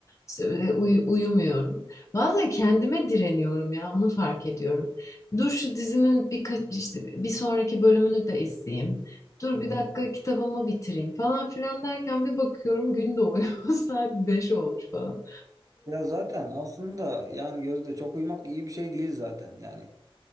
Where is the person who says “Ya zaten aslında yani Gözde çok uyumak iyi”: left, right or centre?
Right